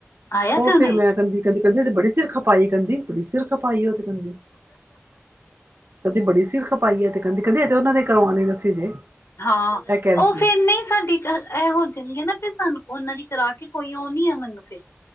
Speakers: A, on the left (about 75°); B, on the right (about 55°).
A: ਆਇਆ
B: ਉਹ
A: ਸੀ ਉਹਨੇ
B: ਫੇਰ ਮੈਂ ਕਹਦੀ ਕਹਿੰਦੀ ਕਹਿੰਦੀ ਬੜੀ ਸਿਰ ਖਪਾਈ ਕਹਦੀ ਬੜੀ ਸਿਰ। ਖਪਾਈ ਉਹ ਤੇ ਕਹਿੰਦੀ। ਕਹਿੰਦੀ ਬੜੀ ਸਿਰ ਖਪਾਈ ਹੈ ਤੇ ਕਹਿੰਦੀ-ਕਹਿੰਦੀ ਇਹ ਤੇ ਉਹਨਾਂ ਨੇ ਕਰਵਾਉਣੇ ਦਸੀ ਜੇ।
A: ਹਾਂ
B: ਇਹ ਕਹਿ ਰਹੀ
A: ਉਹ
B: ਸੀ
A: ਫੇਰ ਨਹੀਂ ਸਾਡੀ ਕ। ਇਹ ਹੋ ਜਾਣਗੇ ਨਾ ਫਿਰ ਸਾਨੂੰ ਉਹਨਾਂ ਦੀ ਕਰਾ ਕੇ ਕੋਈ ਉਹ ਨੀ ਹੈ ਮੈਨੂੰ ਫਿਰ,